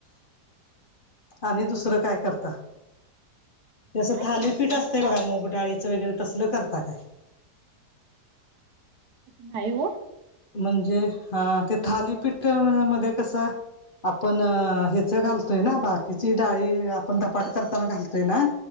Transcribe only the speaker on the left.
आणि दुसरं काय करता. तेसं
थालीपीठ
असतय बघा
मग डाळीचं वगैरे तसल करता काय?
म्हणजे हा ते थालीपीठ मध्ये कस? आपण ह्याच घालतोय ना बाकीची डाळी आपण धपाट करताना घालतोय ना.